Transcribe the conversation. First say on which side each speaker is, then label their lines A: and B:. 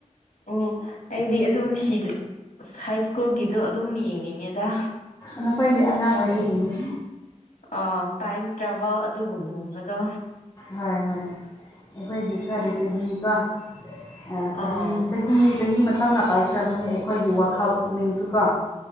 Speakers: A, on the left; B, on the left.
A: ꯎꯝ ꯑꯩꯗꯤ ꯑꯗꯨꯝ ꯁꯤꯗ ꯍꯥꯏꯁ ꯁ꯭ꯀꯨꯜꯒꯤꯗꯣ ꯑꯗꯨꯝ ꯌꯦꯡꯅꯤꯡꯉꯦꯗ
B: ꯅꯈꯣꯏꯗꯤ ꯑꯉꯥꯡ ꯑꯣꯏꯔꯤꯒꯤꯅꯤ
A: ꯑꯣ ꯇꯥꯏꯝ ꯇ꯭ꯔꯥꯚꯦꯜ ꯑꯗꯨꯒꯨꯝꯕꯗꯣ
B: ꯍꯣꯏ ꯍꯣꯏ ꯑꯩꯈꯣꯏꯗꯤ ꯈꯔꯗꯤ ꯆꯍꯤ ꯀꯣ ꯑ ꯆꯍꯤ
A: ꯑꯥ
B: ꯆꯍꯤ ꯆꯍꯤ ꯃꯠ ꯇꯞꯅ ꯄꯥꯏꯈ꯭ꯔꯕꯅꯤ ꯑꯩꯈꯣꯏꯒꯤ ꯋꯥꯈꯜ ꯄꯨꯛꯅꯤꯡꯁꯨ ꯀꯣ